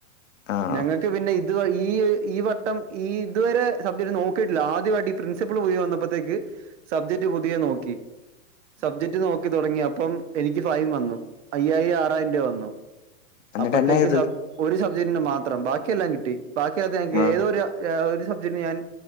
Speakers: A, on the left; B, on the right.
A: ആണോ
B: ഞങ്ങക്ക് പിന്നെ ഇ ഇത് വ ഈ ഈ വട്ടം ഈ ഇതുവരെ സബ്ജക്ട് നോക്കിയിട്ടില്ല ആദ്യമായിട്ട് ഈ പ്രിൻസിപ്പൾ പോയി വന്നപ്പത്തേക്ക് സബ്ജക്ട് പുതിയ നോക്കി സബ്ജക്ട് നോക്കി തുടങ്ങി അപ്പം എനിക്ക് ഫൈൻ വന്നു അയ്യായിരം ആറായിരം രൂപ വന്നു
A: എന്നിട്ട്
B: അപ്പത്തേക്ക്
A: എന്നാ ചെയ്ത്
B: സബ് ഒരു സബ്ജക്ടിന് മാത്രം ബാക്കിയെല്ലാം കിട്ടി ബാക്കിയ ഞങ്ങക്ക്
A: ആഹ്
B: ഏതൊരു ഏഹ് ഒരു സബ്ജക്ന് ഞാൻ